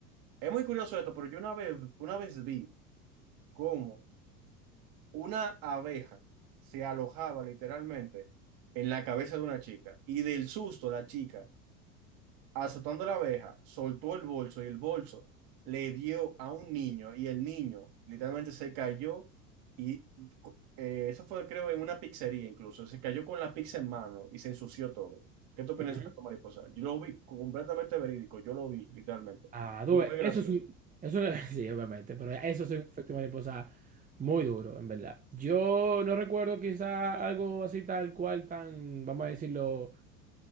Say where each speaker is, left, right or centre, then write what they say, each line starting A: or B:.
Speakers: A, on the right; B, on the right.
A: Es muy curioso esto, pero yo una vez, una vez vi cómo Una abeja se alojaba literalmente en la cabeza de una chica y del susto la chica, azotando a la abeja, soltó el bolso y el bolso le dio a un niño y el niño literalmente se cayó y co- eh, eso fue creo en una pizzería incluso, se cayó con la pizza en mano y se ensució todo. ¿Qué tú opinas
B: Ujú.
A: de esto, mariposa? Yo lo vi completamente verídico, yo lo vi literalmente.
B: Ah,
A: Fue
B: tú ves,
A: muy gracioso.
B: eso es un... Eso es- <laughs> sí, obviamente, pero eso es un efecto mariposa muy duro, en verdad. Yo no recuerdo quizá algo así tal cual, tan, vamos a decirlo